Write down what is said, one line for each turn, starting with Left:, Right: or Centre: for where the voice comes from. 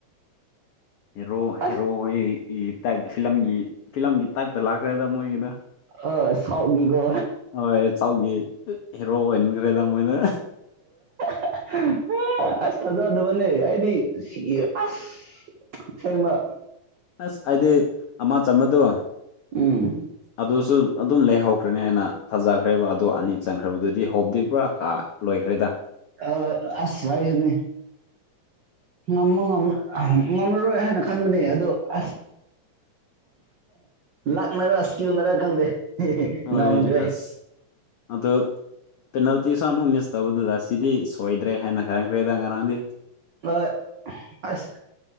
Left: ꯍꯦꯔꯣ
Right: ꯑꯁ
Left: ꯍꯦꯔꯣ ꯍꯣꯏꯒꯤ ꯇꯥꯏꯞꯇ ꯐꯤꯂꯝꯒꯤ ꯐꯤꯂꯝꯒꯤ ꯇꯥꯏꯞꯇ ꯂꯥꯛꯈ꯭ꯔꯦꯗ ꯃꯣꯏꯒꯤꯗꯣ
Right: ꯑ ꯁꯥꯎꯒꯤꯒꯣ
Left: ꯍꯣꯏ ꯆꯥꯎꯒꯤ ꯍꯦꯔꯣ ꯑꯣꯏꯍꯟꯈ꯭ꯔꯦꯗ ꯃꯣꯏꯅ
Right: <unintelligible> ꯑꯁ ꯊꯥꯖꯗꯕꯅꯦ ꯑꯩꯗꯤ ꯁꯤꯌꯦ ꯑꯁ ꯁꯦꯡꯕ
Left: ꯑꯁ ꯑꯩꯗꯤ ꯑꯃ ꯆꯝꯕꯗꯨ
Right: ꯎꯝ
Left: ꯑꯗꯨꯁꯨ ꯑꯗꯨꯝ ꯂꯩꯍꯧꯈ꯭ꯔꯦꯅꯦꯅ ꯊꯥꯖꯈ꯭ꯔꯦꯕ ꯑꯗꯣ ꯑꯅꯤ ꯆꯪꯈ꯭ꯔꯕꯗꯨꯗꯤ ꯍꯣꯞꯗꯤ ꯄꯨꯔꯥ ꯀꯥ ꯂꯣꯏꯈ꯭ꯔꯦꯗ
Right: ꯑ ꯑꯁ ꯍꯥꯏꯁꯤꯅꯤ ꯉꯥꯝꯃ ꯉꯥꯝꯃ ꯉꯥꯝꯔꯔꯣꯏ ꯍꯥꯏꯅ ꯈꯟꯕꯅꯦ ꯑꯗꯣ ꯑꯁ ꯂꯥꯛꯅꯔ ꯢꯁꯀꯤꯜꯅꯔ ꯈꯪꯗꯦ
Left: ꯍꯣꯏ
Right: ꯉꯝꯈ꯭ꯔꯦ
Left: ꯑꯁ ꯑꯗꯣ ꯄꯦꯅꯥꯜꯇꯤꯁꯨ ꯑꯃꯨꯛ ꯃꯤꯁ ꯇꯧꯕꯗꯨꯗ ꯁꯤꯗꯤ ꯁꯣꯏꯗ꯭ꯔꯦ ꯍꯥꯏꯅ ꯈꯟꯈ꯭ꯔꯦꯗ ꯉꯔꯥꯡꯗꯤ
Right: <unintelligible> ꯑꯁ